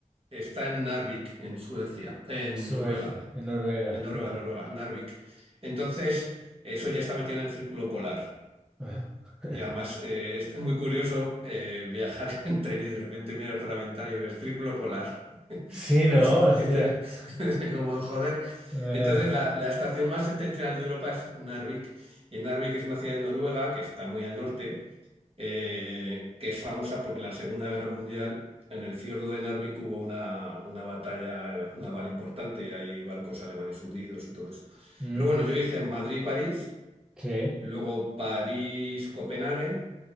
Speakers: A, on the right; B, in the centre.
A: está en Narvik, en Suecia, en
B: Suecia,
A: Noruega,
B: en Noruega.
A: en Noruega,
B: Ah,
A: Noruega, Narvik. Entonces, eso ya está metido en el círculo polar.
B: ah. <laughs>
A: Y además eh, es muy curioso eh, viajar <laughs> en tren y de repente mirar por la ventana y ver círculo polar.
B: Sí, ¿no?
A: Y
B: O sea.
A: dices, <laughs> como joder.
B: eh,
A: Entonces, la, la estación más septentrional de Europa es Narvik. Y Narvik es una ciudad en Noruega que está muy al norte, eh, que es famosa porque en la Segunda Guerra Mundial, en el fiordo de Narvik hubo una, una batalla naval importante y hay barcos alemanes hundidos y todo esto.
B: mm,
A: Pero bueno, yo hice en Madrid-París,
B: sí.
A: luego París-Copenhague.